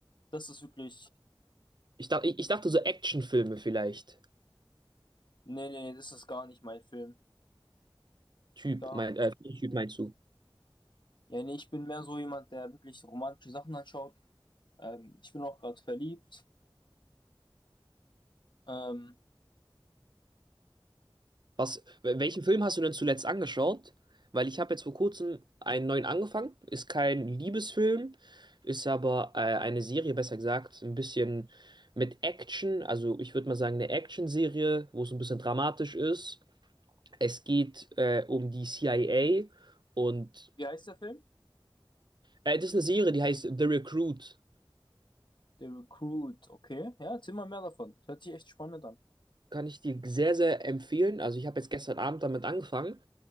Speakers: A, on the left (about 60°); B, on the right (about 55°).
A: Das ist wirklich,
B: Ich, dach- ich, ich dachte so Actionfilme vielleicht.
A: nee, nee, das ist gar nicht mein Film.
B: Typ,
A: Gar
B: mein,
A: nicht.
B: äh,
A: mein
B: Typ meinst
A: Film.
B: du?
A: Ja, nee, ich bin mehr so jemand, der wirklich romantische Sachen anschaut. Ähm, ich bin auch gerade verliebt. Ähm,
B: Was, welchen Film hast du denn zuletzt angeschaut? Weil ich habe jetzt vor kurzem einen neuen angefangen. Ist kein Liebesfilm, ist aber äh, eine Serie, besser gesagt, ein bisschen mit Action. Also ich würde mal sagen, eine Action-Serie, wo es ein bisschen dramatisch ist. Es geht äh, um die CIA und
A: wie heißt der Film?
B: äh, das ist eine Serie, die heißt The Recruit.
A: The Recruit, okay. Ja, erzähl mal mehr davon. Das hört sich echt spannend an.
B: Kann ich dir sehr, sehr empfehlen. Also ich habe jetzt gestern Abend damit angefangen.